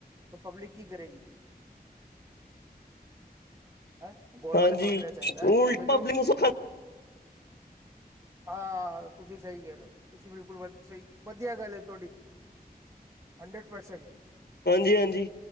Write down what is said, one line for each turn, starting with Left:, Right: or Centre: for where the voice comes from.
Right: ਤਾਂ ਪਬਲਿਕ ਕੀ ਕਰੇਗੀ। ਹੈ ਗੌਰਮੈਂਟ
Left: ਹਾਂਜੀ
Right: ਨੂੰ ਸੋਚਣਾ ਚਾਹੀਦਾ ਹੈ
Left: ਉਲਟ
Right: ਇਹ
Left: ਪਬਲੀ
Right: ਤਾਂ
Left: ਮਸਾ ਖਾ-
Right: ਹਾਂ--ਤੁਸੀਂ ਸਹੀ ਕਹਿ ਰਹੇ ਹੋ ਤੁਸੀਂ ਬਿਲਕੁਲ ਵ ਸਹੀ ਵਧੀਆ ਗੱਲ ਏ ਤੁਹਾਡੀ। Hundred percent.
Left: ਹਾਂਜੀ-ਹਾਂਜੀ